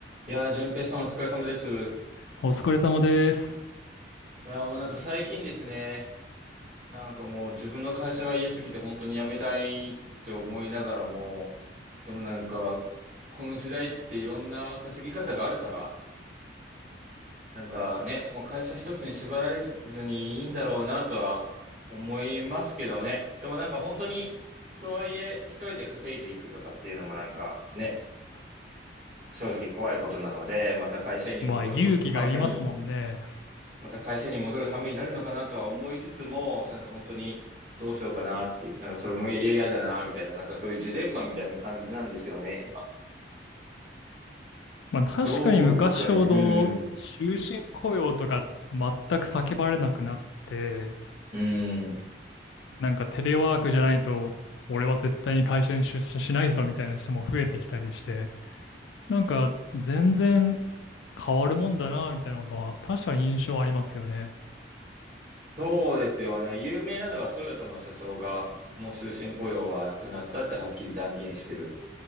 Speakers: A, on the right (about 45°); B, on the left (about 75°).
A: いやー、淳平さんお疲れ様です。い
B: お疲れ様です。
A: やー、もうなんか最近ですね、なんかもう自分の会社が嫌すぎて本当に辞めたいって思いながらも、でもなんか、この時代っていろんな稼ぎ方があるから、なんかね、もう会社一つに縛られずにいいんだろうなとは思いますけどね。でもなんか本当に、とはいえ一人で稼いでいくとかっていうのもなんかね、正直怖いことなので、また会社員に戻るこ、
B: まあ、勇気がいりますもんね。
A: はめに、また会社に戻る羽目になるのかなとは思いつつも、なんか本当にどうしようかなっていう、なんかそれも嫌だなみたいな、なんかそういうジレンマみたいな感じなんですよね、今。
B: まあ、確かに昔ほど終身雇用とか全く叫ばれなくなって、
A: どうですかね。うん。うん。
B: なんかテレワークじゃないと、俺は絶対に会社に出社しないぞみたいな人も増えてきたりして、なんか全然変わるもんだな、みたいなことは確かに印象ありますよね。
A: そうですよね。有名なのがトヨタの社長が、もう終身雇用はなくなったってはっきり断言してる